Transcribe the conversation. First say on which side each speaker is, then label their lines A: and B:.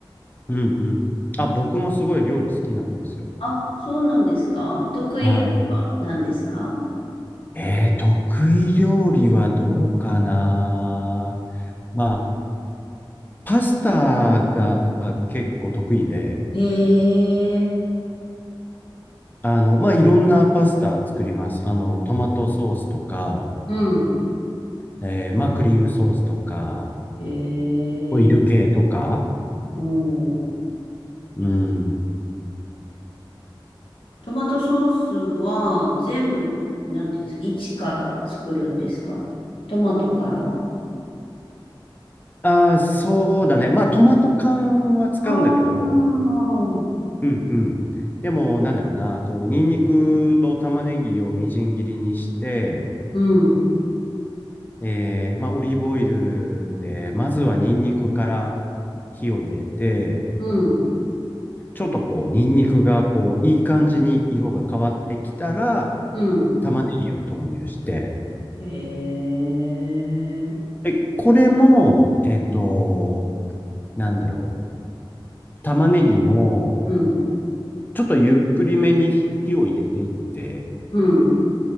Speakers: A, on the left (about 20°); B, on the left (about 85°).
A: うんうん。あ、僕もすごい料理好きなんですよ。
B: あ、そうなんですか。得意料理は何ですか
A: はい。えー、得意料理はどうかな。まあ、パスタが結構得意で、
B: へえ、
A: あの、まあ、いろんなパスタ作ります。あの、トマトソースとか、
B: うん。
A: えー、まあ、クリームソースとか、
B: へえ、
A: オイル系とか、
B: おー
A: うん。
B: トマトソースは全部、なんていうんですか、一から作るんですかトマトからあ
A: ああ、そうだね。まあ、トマト缶は使うんだけど、
B: あー、
A: うんうん。でも、なんだろうな、こう、ニンニクと玉ねぎをみじん切りにして、
B: うん、
A: えー、まあ、オリーブオイルで、まずはニンニクから火を入れて、
B: うん、
A: ちょっとこう、ニンニクがこう、いい感じに色が変わってきたら、
B: うん、
A: 玉ねぎを投入して、
B: へえ、
A: で、これも、えっと、なんだろう、玉ねぎも、
B: うん、
A: ちょっとゆっくりめに火を入れていって、
B: うん、